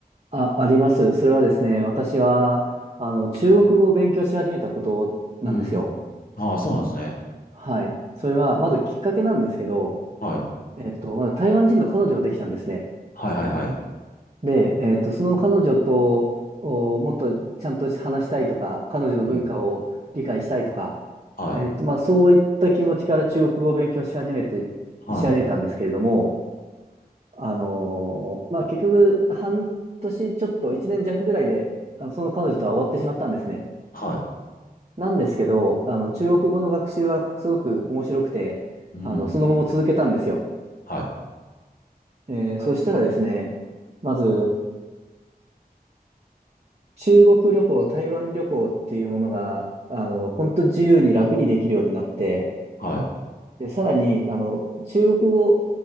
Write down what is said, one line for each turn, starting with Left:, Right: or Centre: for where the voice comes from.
Right: あ、あります。それはですね、私は、あの、中国語を勉強し始めたことなんですよ。
Left: うん。ああ、そうなんですね。
Right: はい。それは、まずきっかけなんですけど、
Left: はい。
Right: えっと、まず台湾人の彼女ができたんですね。
Left: はいはいはい。
Right: で、えっと、その彼女と、お、もっとちゃんと話したいとか、彼女の文化を理解したいとか、
Left: うん。はい。
Right: えっと、まあ、そういった気持ちから中国語を勉強し始めて、
Left: はい。
Right: し始めたんですけれども、あのーまあ結局、半年ちょっと、一年弱ぐらいで、あのその彼女とは終わってしまったんですね。
Left: はい。
Right: なんですけど、あの、中国語の学習はすごく面白くて、
Left: うん。
Right: あの、その後も続けたんですよ。
Left: はい。
Right: えーそしたらですね、まず、中国旅行、台湾旅行っていうものが、あの、本当自由に楽にできるようになって、
Left: はい。
Right: で、さらに、あの、中国語、